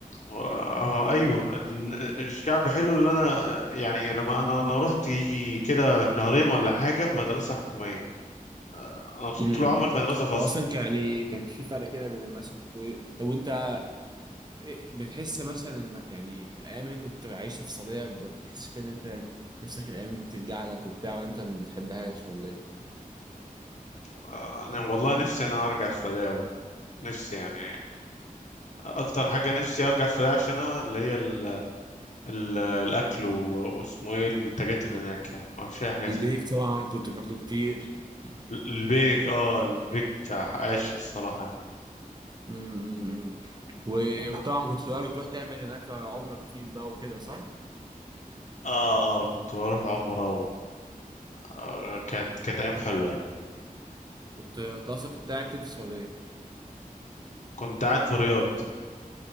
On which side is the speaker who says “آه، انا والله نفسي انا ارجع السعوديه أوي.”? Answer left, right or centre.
Left